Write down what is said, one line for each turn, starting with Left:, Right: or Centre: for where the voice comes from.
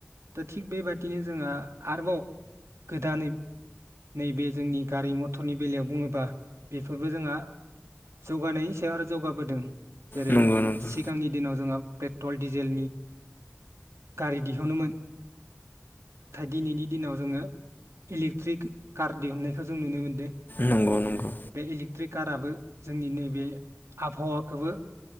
Right: दा थिग बेबायदिनो जोंहा आरोबाव गोदानैब नैबे जोंनि गारि मथरनि बेलायाव बुङोबा बेफोरबो जोंहा जौगानायनि सायाव आरो जौगाबोदों। जेरै
Left: नंगौ नंगौ
Right: सिगांनि दिनाव जोंहा पेट्रल डिजेलनि गारि दिहुनोमोन। दिनैनि जोङो इलेक्ट्रिक कार दिहुननायखौ जों नुनो मोनदों।
Left: नंगौ नंगौ
Right: बे इलेक्ट्रिक काराबो जोंनि नैबे आबहावाखौबो।